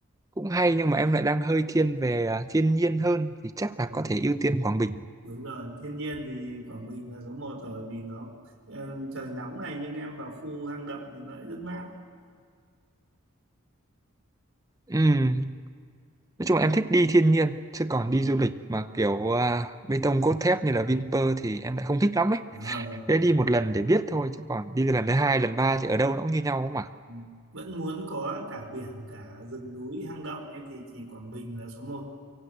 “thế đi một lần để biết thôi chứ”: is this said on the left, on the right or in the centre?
Right